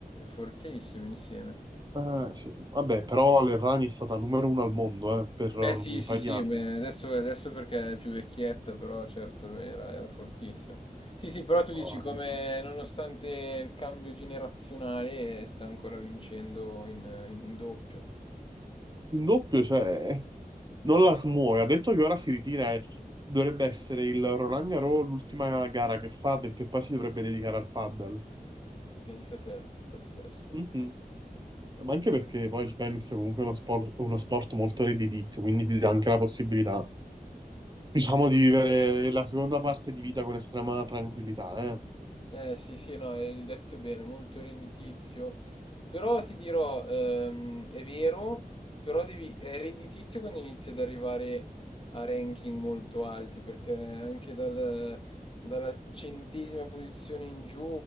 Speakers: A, on the left; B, on the right.
A: fortissimi insieme.
B: eh, sì. Vabbè, però l'Errani è stata numero uno al mondo eh, per
A: Beh
B: un
A: sì, sì,
B: paio
A: sì,
B: di anni.
A: beh, adesso, adesso perché è più vecchietta, però certo lui era, era fortissimo. Sì, sì, però tu dici
B: Eh,
A: come nonostante il cambio generazionale eh, sta ancora vincendo in, in doppio.
B: In doppio, cioè, non la smuove. Ha detto che ora si ritira. e Dovrebbe essere il Roland Garros l'ultima gara che fa, ha detto che poi si dovrebbe dedicare al paddle.
A: Pensa te, pazzesco.
B: Mhm. Ma anche perché poi il tennis è comunque uno sport, uno sport molto redditizio, quindi ti dà anche la possibilità, diciamo, di vivere la seconda parte di vita con estrema tranquillità, eh.
A: Eh sì, sì, no, hai detto bene, molto redditizio. Però ti dirò, ehm, è vero, però devi, è redditizio quando inizi ad arrivare a ranking molto alti, perché anche dal... dalla centesima posizione in giù